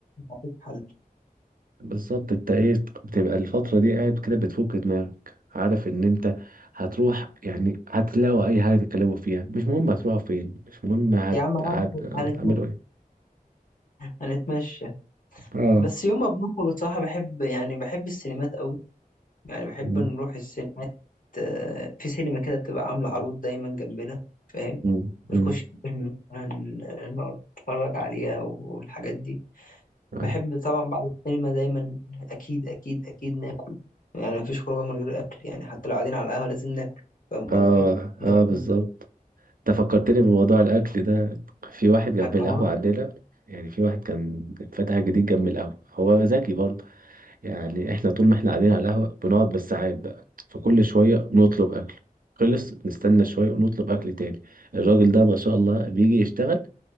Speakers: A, on the left; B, on the right.
A: مفيش حل
B: بالظبط انت ايه بتبقى الفترة دي قاعد كده بتفك دماغك عارف ان انت هتروح يعني هتلاقوا اي حاجة تتكلموا فيها مش مهم هتروحوا فين مش مهم هت...
A: يا عم هن-
B: هت... هتعملوا
A: هنتمشى
B: ايه
A: هنتمشى
B: اه
A: بس يوم ما بنخرج بصراحة بحب يعني بحب السينمات أوي يعني بحب
B: مم.
A: نروح السينمات آه، في سينما كده بتبقى عاملة عروض دايما جنبنا فاهم
B: مم. مم.
A: بنخش فيلم، هن- نقعد نتفرج عليها والحاجات دي
B: أي.
A: بحب طبعا بعد السينما دايما اكيد اكيد اكيد ناكل يعني مفيش خروجه من غير اكل يعني حتى لو قاعدين على القهوه لازم ناكل فاهم
B: اه
A: قصدي
B: اه
A: ده أكيد.
B: بالظبط انت فكرتني بموضوع الاكل ده في واحد جنب
A: اه
B: القهوه عندنا يعني في واحد كان فتح جديد جنب القهوه هو ذكي برضه يعني احنا طول ما احنا قاعدين على القهوه بنقعد بالساعات بقى فكل شويه نطلب اكل خلص نستنى شويه ونطلب اكل تاني الراجل ده ما شاء الله بيجي يشتغل